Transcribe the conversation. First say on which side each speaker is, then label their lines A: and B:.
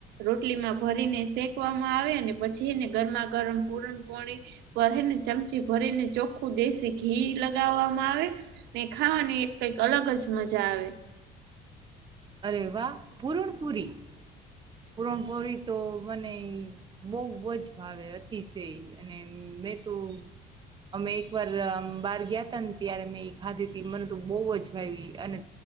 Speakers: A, on the right (about 85°); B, on the right (about 25°).
A: રોટલીમાં ભરીને શેકવામાં આવે પછીને ગરમા ગરમ પૂરમ પાણી ભરે ને ચમચી ભરીને ચોખ્ખું દેશી ઘી. લગાવવામાં આવે ને ખાવાની કઈક અલગ જ મજા આવે.
B: અરે વાહ પૂર્ણપુરી. પૂરણપોરી તો મને બહ જ ભાવે અતિશય અને. મેં તો અમે એક વાર બાર ગયા ત ને ત્યારે મેં ખાધી તી મને તો <unintelligible> અને.